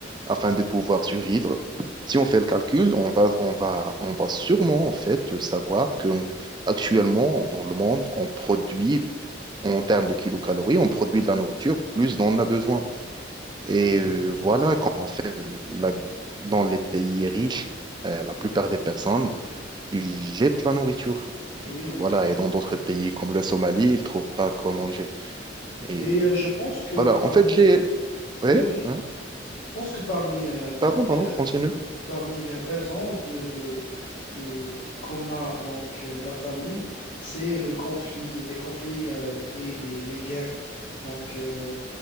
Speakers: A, on the right; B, on the left.
A: afin de pouvoir survivre, si on fait le calcul, on va, on va, on va sûrement en fait savoir que actuellement dans le monde, on produit, en termes de kilocalories, on produit de la nourriture plus dont on a besoin. Et
B: Oui,
A: euh,
B: oui, tout
A: voilà,
B: à fait.
A: quand on fait la- dans les pays riches, euh, la plupart des personnes, ils jettent la nourriture. Et
B: Oui, oui,
A: voilà,
B: tout à
A: et
B: fait.
A: dans d'autres pays comme la Somalie, ils trouvent pas de quoi manger. Et
B: Et euh,
A: euh,
B: je pense que
A: voilà,
B: parmi...
A: en fait, j'ai...
B: Oui,
A: Ouais,
B: oui.
A: ouais,
B: Je pense que parmi, euh,
A: pardon,
B: donc,
A: pardon,
B: euh,
A: continue.
B: parmi les raisons de, de, de- qu'on a donc euh, la famine, c'est le conflit, les conflits euh, et les, les guerres. Donc euh,